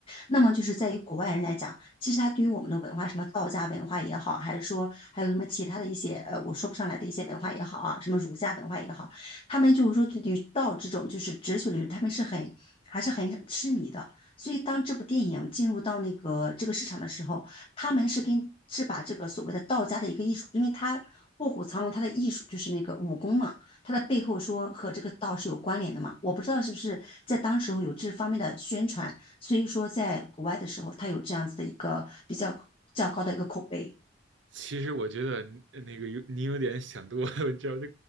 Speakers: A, on the left; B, on the right.
A: 那么就是在于国外人来讲，其实它对于我们的文化，什么道家文化也好，还是说还有什么其他的一些呃，我说不上来的一些文化也好啊，什么儒家文化也好。他们就是说对于道这种就是哲学理论，他们是很还是很痴迷的。所以当这部电影进入到那个这个市场的时候，他们是跟是把这个所谓的道家的一个艺术，因为他卧虎藏龙他的艺术就是那个武功嘛，他的背后说和这个道是有关联的嘛。我不知道是不是在当时候有这方面的宣传，所以说在国外的时候，他有这样子的一个比较较高的一个口碑
B: 其实我觉得呃那个有你有点想多了，<laughs> 我知道这，